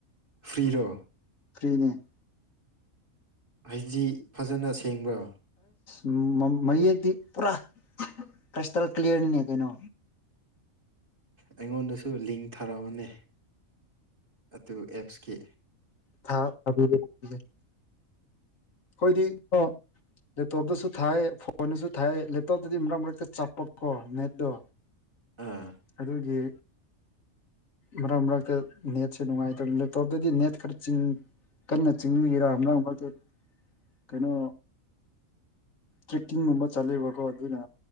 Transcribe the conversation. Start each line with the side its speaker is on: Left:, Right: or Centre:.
Right: ꯐ꯭ꯔꯤꯔꯣ
Left: ꯐ꯭ꯔꯤꯅꯦ
Right: ꯍꯩꯖꯤ ꯐꯖꯅ ꯁꯦꯡꯕ꯭ꯔꯥ
Left: ꯎꯝ ꯃ ꯃꯌꯦꯛꯇꯤ ꯄꯨꯔꯥ ꯈ꯭ꯔꯥꯢꯁꯇꯜ ꯀ꯭ꯂꯤꯌꯔꯅꯤꯅꯦ ꯀꯩꯅꯣ
Right: ꯑꯩꯉꯣꯟꯗꯁꯨ ꯂꯤꯡ ꯊꯥꯔꯛꯑꯣꯅꯦ ꯑꯗꯨ ꯑꯦꯞꯁꯀꯤ
Left: ꯊꯥ ꯊꯥꯕꯤꯒꯦ <unintelligible> ꯑꯩꯈꯣꯏꯗꯤ ꯀꯣ ꯂꯦꯞꯇꯣꯞꯇꯁꯨ ꯊꯥꯏ ꯐꯣ ꯐꯣꯟꯗꯁꯨ ꯊꯥꯏ ꯂꯦꯞꯇꯣꯞꯇꯗꯤ ꯃꯔꯛ ꯃꯔꯛꯇ ꯆꯞꯄꯀꯣ ꯅꯦꯠꯇꯨ
Right: ꯑꯥ
Left: ꯑꯗꯨꯒꯤ ꯃꯔ ꯃ꯭ꯔꯛꯇ ꯅꯦꯠꯁꯦ ꯅꯨꯡꯉꯥꯏꯇ ꯂꯦꯞꯇꯣꯞꯇꯗꯤ ꯅꯦꯠ ꯈꯔ ꯆꯤꯡ ꯀꯟꯅ ꯆꯤꯡꯕꯒꯤꯔꯥ ꯃꯔꯛ ꯃꯔꯛꯇ ꯀꯩꯅꯣ ꯇ꯭ꯔꯦꯛꯀꯤꯡꯒꯨꯝꯕ ꯆꯠꯂꯦꯕꯀꯣ ꯑꯗꯨꯅ